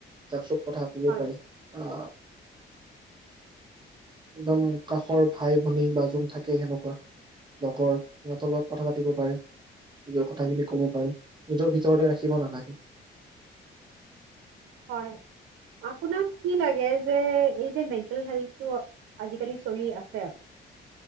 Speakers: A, on the right; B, on the right.
A: যাক চব কথা ক'ব
B: হয়
A: পাৰি অ একদম কাষৰ ভাই ভনী বা জোন থাকে সেনেকুৱা লগৰ সিহঁতৰ কথা পাতিব পাৰে নিজৰ কথাখিনি কব পাৰে নিজৰ ভিতৰতে ৰাখিব নালাগে
B: হয় আপোনাক কি লাগে যে এই যে মেণ্টেল হেল্থটো আজিকালি চলি আছে আৰু